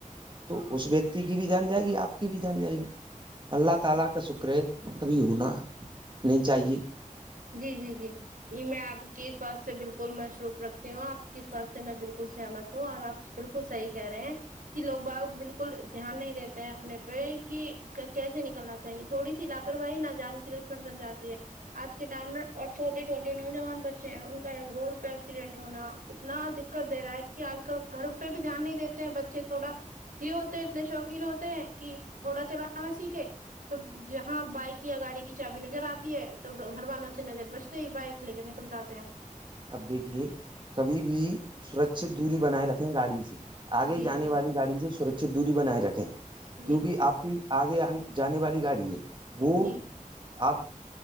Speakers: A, on the right (about 35°); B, on the right (about 80°).
A: تو اس ویکتی کی بھی جان جائے گی آپ کی بھی جان جائے گی اللہ تعالی کا شکر کبھی ہونا نہیں چاہیے
B: جی جی جی ج میں آپ کی اس بات سے بالکل مصروف رکھتی ہوں آپ کی اس بات سے میں بالکل سہمت ہوں اور آپ بالکل صحی کہہ رہے ہیں کہ لوگ باگ بالکل دھیان نہیں دیتے ہیں اپنے پہ کہ کیسے نکلنا چاہیے تھوڑی سی لاپرواہی نہا جان کی دشمن بن جاتی ہے آج کے ٹائم میں اور چھٹے چھوٹے نوجوان بچے ہیں ان کا روڈ پہ ایکسیڈنٹ ہونا اتنا دقت دے رہا ہے کہ آج کل گھر پہ بھی دھیان نہیں دیتے ہیں بچے تھوڑا یہ ہوتے ہیں اتنے شوقین ہوتے ہیں کہ تھوڑا چلاا میں سیکھے تو جہاں بائک یا گاڑی کی چابی نظر آتی ہے تو گھروانوں سے نظر بچتے ہی بائک لے کے نکل جاتے ہیں
A: اب دیکھیے کبھی بھی سورچھ دوری بنائے رکھے گاڑی سے آگے
B: جی
A: جانے
B: جی
A: والی گاڑی سے سرچت دوری بنائے رکھے
B: جی
A: کیوںکہ
B: جی
A: آپ کی آگے جانے والی گاڑی ہے وہ
B: جی
A: آپ